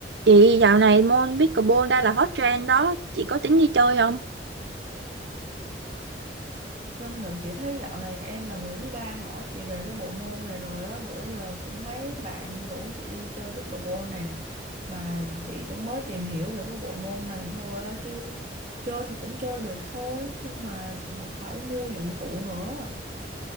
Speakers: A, on the right; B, on the right.
A: Chị dạo này môn pickleball đang là hot trend đó, chị có tính đi chơi không?
B: Trong nhóm chị thấy dạo này em là người thứ ba hỏi chị về cái bộ môn này rồi á bữa giờ cũng mấy bạn rủ chị đi chơi pickleball nè mà chị cũng mới tìm hiểu về cái bộ môn này thôi á chứ chơi thì cũng chơi được thôi nhưng mà phải mua dụng cụ nữa